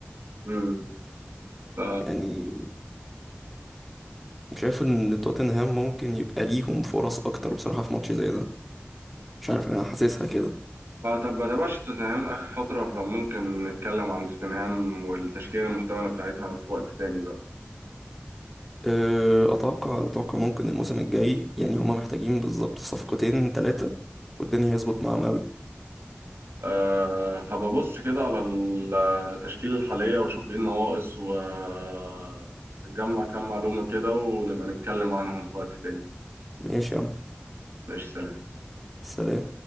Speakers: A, on the right; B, in the centre.
A: امم ف
B: يعني شايف ان توتنهام ممكن يبقى ليهم فرص اكتر بصراحة في ماتش زي ده مش عارف انا حاسسها كده
A: ما طب- ما تابعش توتنهام اخر فتره فممكن نتكلم عن توتنهام والتشكيله المحتمله بتاعتها في وقت تاني بقى
B: أه، اتوقع اتوقع ممكن الموسم الجاي يعني هم محتاجين بالظبط صفقتين ثلاثة والدنيا هيظبط معاهم قوي
A: أه هبقى ابص كده على التشكيله الحاليه واشوف ايه النواقص واجمع كام معلومه كده ونبقى نتكلم عنهم في وقت تاني
B: ماشي يا عم
A: ماشي سلام
B: سلام